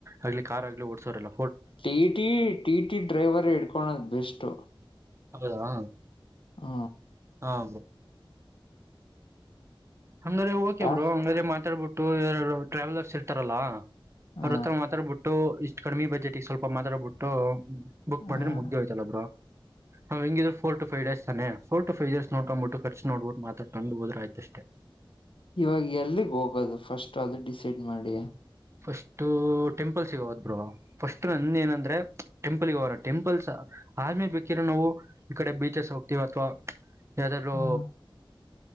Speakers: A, on the right; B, on the left.
A: ಆಗ್ಲಿ ಕಾರ್ ಆಗ್ಲಿ ಹೊಡಿಸೋರೆಲ್ಲ.
B: T T T T driver ಇಡ್ಕೊಳೋದು ಬೆಸ್ಟು.
A: ಹೌದಾ.
B: ಹ
A: ಹಾ ಹಂಗ್ರೆರೇ ಓಕೆ
B: ಯಾಕೆ
A: ಬ್ರೋ. ಹಂಗ್ರೆ ಮಾತಾಡ್ಬಿಟ್ಟು ಯಾರು ಟ್ರಾವೆಲರ್ಸ್ ಇರ್ತಾರಲ್ಲಾ. ಅವ್ರ
B: ಹ
A: ಹತ್ರ ಮಾತಾಡ್ಬಿಟ್ಟು ಇಷ್ಟ್ ಕಡಿಮಿ ಬಜೆಟ್ಗ್ ಸ್ವಲ್ಪ ಮಾತಾಡ್ಬಿಟ್ಟು. ಬುಕ್
B: ಹ
A: ಮಾಡಿದ್ರೆ ಮೂಗಿದೆ ಹೋಯ್ತಲ್ಲ ಬ್ರೋ ಹೆಂಗಿದ್ರು ಫೋರ್ ಟು ಫೈವ್ ಡೇಸ್ ತಾನೇ. ಫೋರ್ ಟು ಫೈವ್ ಡೇಸ್ ನೋಡ್ಕೊಬಿಟ್ಟು ಖರ್ಚು ನೋಡಿಬಿಟ್ಟು ಮಾತಾಡಿಕೊಂಡು ಹೋದ್ರೆ ಆಯ್ತು.
B: ಇವಾಗ ಎಲ್ಲಿಗೆ ಹೋಗೋದು ಫಸ್ಟ್ ಅದು ಡಿಸೈಡ್ ಮಾಡಿ.
A: ಫಸ್ಟ್ ಟೆಂಪಲ್ಸ್ಗ ಹೋದ್ ಬ್ರೋ ಫಸ್ಟ್ ನಂದ ಏನಂದ್ರೆ ಟೆಂಪಲ್ಗ ಹೋಗೋಣ ಟೆಂಪಲ್ಸ್. ಆಮೇಲೆ ಬೇಕಿರ ನಾವು ಈ ಕಡೆ ಬೀಚಸ್ ಹೋಗ್ತೀವಿ ಅಥವಾ ಯಾವ್ದಾದ್ರು
B: ಹ್ಮ್